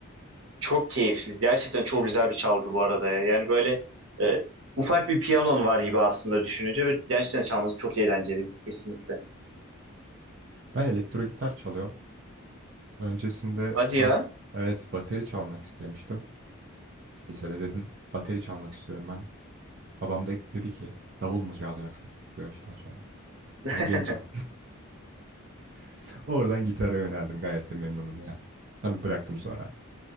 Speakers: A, on the right; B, on the right.
A: Çok keyifli. Gerçekten çok güzel bir çalgı bu arada. ya. Yani böyle e, ufak bir piyanon var gibi aslında düşününce ve gerçekten çalması çok eğlenceli kesinlikle.
B: Ben elektro gitar çalıyorum. Öncesinde
A: Hadi
B: ben
A: ya.
B: evet bateri çalmak istemiştim. Lisede dedim bateri çalmak istiyorum ben. Babam da dedi ki davul mu çalacaksın bu yaştan sonra?
A: <laughs>
B: Daha gencim. <laughs> Oradan gitara yöneldim. Gayet de memnunum ya. Tabii bıraktım sonra.